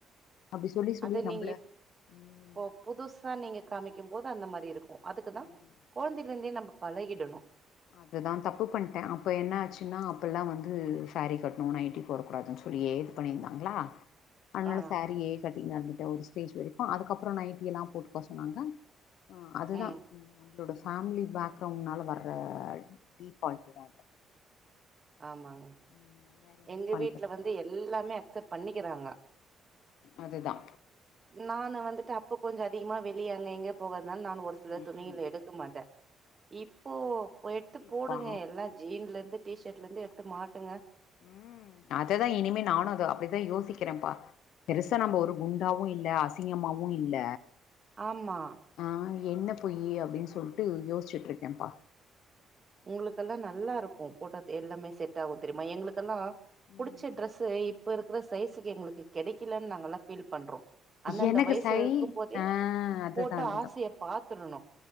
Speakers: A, on the left; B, on the right.
A: அப்டி சொல்லி சொல்லி
B: அப்ப நீங்க
A: நம்மள
B: எப்
A: ம்
B: இப்போ புதுசா நீங்க காமிக்கும்போது அந்த மாரி இருக்கு அதுக்கு தா
A: ம்
B: கொழந்தைலருந்தே நம்ம பழகிடணு
A: அதுதா தப்பு பண்ட்டே அப்ப என்னாச்சுன்னா அப்பல்லா வந்து சேரி கட்ணு நைட்டி போடக்க கூடாதுன்னு சொல்லியே இது பண்ணியிருந்தாங்ளா அதனால
B: ஆ
A: சோரீயே கட்டி நடந்துட்ட ஒரு ஸ்டேஜ் வரைக்கு அதுக்கப்றோ நைட்டி எல்லா போட்டுக்கோ சொன்னாங்க ஆ அதுதா
B: ம்
A: நம்மளோட ஃபேமிலி பேக்கிரவுண்ட்னால வர்ற டீ ஃபால்ட் தா
B: ஆமாங்க
A: ம் வேற என்ன
B: எங்க
A: பண்றதுப்பா
B: வீட்ல வந்து எல்லாமே அக்செப்ட் பண்ணிக்கிறாங்க
A: அதுதா
B: நானு வந்துட்டு அப்ப கொஞ்சோ அதிகமா வெளிய அங்க இங்க போகாதுனால நா ஒரு சில
A: ம்
B: துணிகள
A: ம்
B: எடுக்க மாட்டே இப்போ எடுத்து
A: புரியுதுப்பா
B: போடுங்க எல்லா ஜீன்ல இருந்து டீஷர்ட்ல இருந்து எடுத்து மாட்டுங்க
A: ம் அததா இனிமே நானு அப்படிதா யோசிக்கிறேன்ப்பா பெருசா நம்ம ஒரு குண்டாவு இல்ல அசிங்கமாவு இல்ல
B: ஆமா
A: ஆ என்ன பொயி அப்டின்னு சொல்ட்டு யோசிச்சுட்டு இருக்கேன்ப்பா
B: உங்களுக்கெல்லா நல்லா இருக்கு போட்டத்து எல்லாமே செட் ஆகு தெரியுமா எங்களுக்கெல்லா
A: ம்
B: புடிச்ச ட்ரெஸ்சு இப்ப இருக்கிற சைஸுக்கு எங்களுக்கு கிடைக்கலன் நாங்கள்ளா ஃபீல் பண்றோ அந்தந்த
A: எனக்கு
B: வயசுல
A: சை
B: இருக்கும் போதே
A: ஆ அதுதா
B: போட்டு
A: அதுதா
B: ஆசைய பாத்துறணு